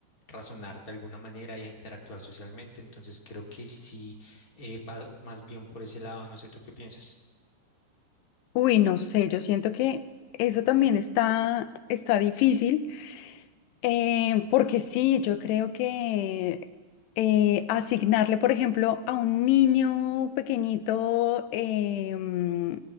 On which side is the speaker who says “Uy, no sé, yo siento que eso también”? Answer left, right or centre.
Left